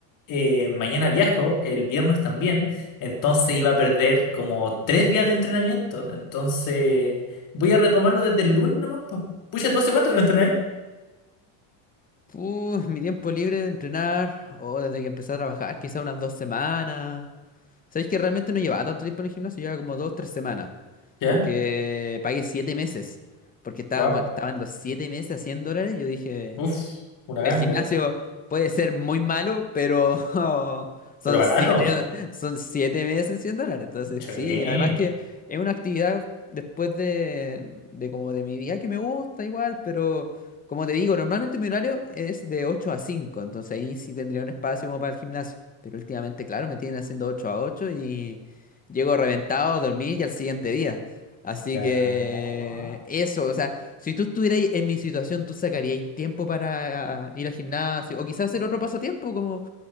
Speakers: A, on the left (about 40°); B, on the left (about 15°).
A: eh, mañana viajo, el viernes también, entonces iba a perder como tres días de entrenamiento. Entonces voy a retomarlo desde el lunes nomás, po. Pucha, ¿tú hace cuánto que no entrenáis?
B: Puh, mi tiempo libre de entrenar, o desde que empecé a trabajar, quizá unas dos semanas. Sabéis que realmente no llevaba tanto tiempo en el gimnasio, llevaba como dos, tres semanas.
A: ¿Ya?
B: Porque pagué siete meses. Porque estaba,
A: Wow.
B: bueno, estaban los siete meses a 100 dólares. Yo dije,
A: Uf, una ganga.
B: el gimnasio puede ser muy malo, pero <laughs> son
A: Pero barato.
B: siete, son siete meses en 100 dólares. Entonces,
A: Sí.
B: sí, además que es una actividad después de, de como de mi día que me gusta igual, pero como te digo, normalmente mi horario es de 8 a 5, entonces ahí sí tendría un espacio como para el gimnasio. Pero últimamente, claro, me tienen haciendo 8 a 8 y llego reventado, dormí y al siguiente día. Así
A: Ya.
B: que
A: guau.
B: eso, o sea, si tú estuvierais en mi situación, ¿tú sacaríais tiempo para eh, ir al gimnasio? O quizás hacer otro pasatiempo, como